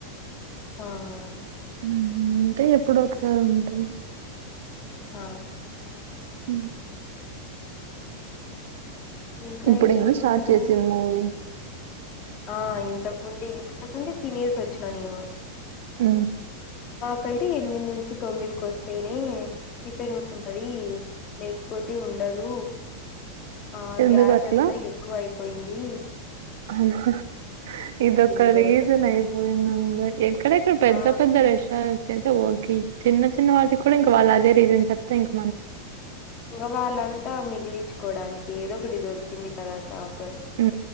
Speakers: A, on the left; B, on the right.
A: ఆహ్
B: ఉ ఉంటే ఎప్పుడో ఒకసారి ఉంటయి
A: ఆ
B: ఉ
A: ఇంకా
B: ఇప్పుడు ఎందుకు
A: ఏమున్నాయి
B: స్టార్ట్ చేసింది మూవీ
A: ఆ ఇంతకు ముందే ఇంతకు ముందే తినేసి వచ్చిన నేను
B: ఉ
A: అంటే ఎనిమిది నుంచి తొమ్మిదికి వస్తేనే టిఫిన్ ఉంటది లేకపోతే ఉండదు ఆ
B: ఎందుకట్లా?
A: గ్యాస్ అంతా ఎక్కువ అయిపో పోయింది
B: అ హ ఇది ఒక్క
A: ఇదని
B: రీజన్
A: చెప్తాను
B: అయ్యిపోయింది అంతే ఎక్కడెక్కడ పెద్ద
A: ఆ
B: పెద్ద రెస్టారెంట్స్ కయితే ఓకే చిన్న చిన్న వాటికి కూడా ఇంకా వాళ్ళ అదే రిజన్ చెప్తా ఇంకా
A: కూరగాయలంతా మిగిలిచ్చు కోవడానికి ఏదో ఒకటి దొరికింది కదా సాకు అని
B: ఉ